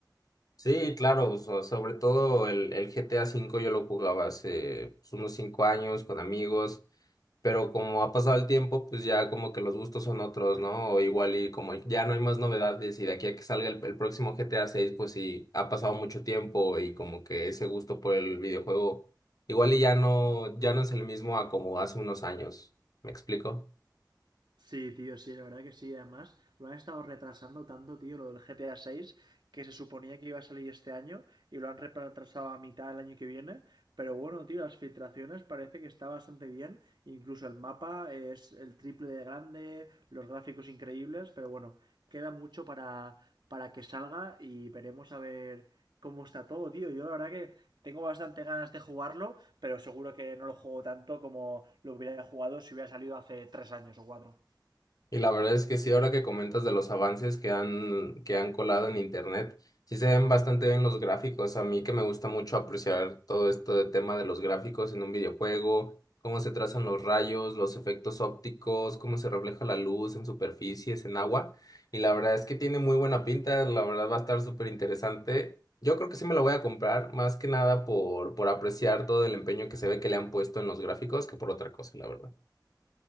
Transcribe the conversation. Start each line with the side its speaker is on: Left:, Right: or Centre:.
Left: Sí, claro, so- sobre todo el, el GTA V yo lo jugaba hace pues, unos cinco años con amigos, pero como ha pasado el tiempo, pues ya como que los gustos son otros, ¿no? O igual y como ya no hay más novedades y de aquí a que salga el, el próximo GTA VI, pues sí, ha pasado mucho tiempo y como que ese gusto por el videojuego igual y ya no, ya no es el mismo a como hace unos años. ¿Me explico?
Right: Sí, tío, sí, la verdad que sí. Además, lo han estado retrasando tanto, tío, lo del GTA 6, que se suponía que iba a salir este año y lo han retrasado a mitad del año que viene. Pero bueno, tío, las filtraciones parece que está bastante bien. Incluso el mapa es el triple de grande, los gráficos increíbles, pero bueno, queda mucho para, para que salga y veremos a ver cómo está todo, tío. Yo la verdad que tengo bastante ganas de jugarlo, pero seguro que no lo juego tanto como lo hubiera jugado si hubiera salido hace tres años o cuatro.
Left: Y la verdad es que sí, ahora que comentas de los avances que han, que han colado en internet, sí se ven bastante bien los gráficos. A mí que me gusta mucho apreciar todo esto de tema de los gráficos en un videojuego, cómo se trazan los rayos, los efectos ópticos, cómo se refleja la luz en superficies, en agua. Y la verdad es que tiene muy buena pinta, la verdad va a estar súper interesante. Yo creo que sí me lo voy a comprar, más que nada por, por apreciar todo el empeño que se ve que le han puesto en los gráficos que por otra cosa, la verdad.